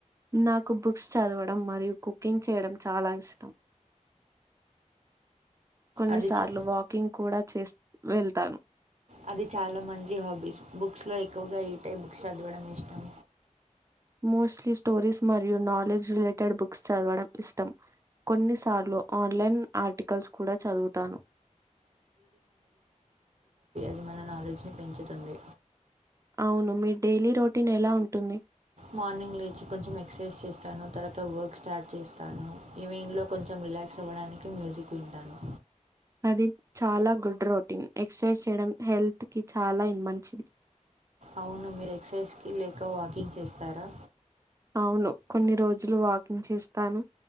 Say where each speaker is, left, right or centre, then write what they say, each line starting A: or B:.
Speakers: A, on the right; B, on the right.
A: నాకు బుక్స్ చదవడం మరియు కుకింగ్ చేయడం చాలా ఇష్టం కొన్నిసార్లు
B: అది చ
A: వాకింగ్ కూడా చే వెళ్తాను
B: అది చాలా మంచి హాబీస్ బుక్స్లో ఎక్కువగా ఈట్ టైప్ బుక్స్ చదవడం ఇష్టం
A: మోస్ట్లీ స్టోరీస్ మరియు నాలెడ్జ్ రిలేటెడ్ బుక్స్ చదవడం ఇష్టం కొన్నిసార్లు ఆన్లైన్ ఆర్టికల్స్ కూడా చదువుతాను
B: ఇది మన నాలెడ్జ్ని పెంచుతుంది
A: అవును మీ డైలీ రొటీన్ ఎలా ఉంటుంది
B: మార్నింగ్ లేచి కొంచెం ఎక్సర్సైజ్ చేస్తాను తర్వాత వర్క్ స్టార్ట్ చేస్తాను ఈవినింగ్లో కొంచెం రిలాక్స్ అవ్వడానికి మ్యూజిక్ వింటాను
A: అది చాలా గుడ్ రొటీన్ ఎక్సర్సైజ్ చేయడం హెల్త్ కి చాలా మంచిది
B: అవును మీరు ఎక్సర్సైజ్ లేక వాకింగ్ చేస్తారా
A: అవును కొన్ని రోజులు వాకింగ్ చేస్తాను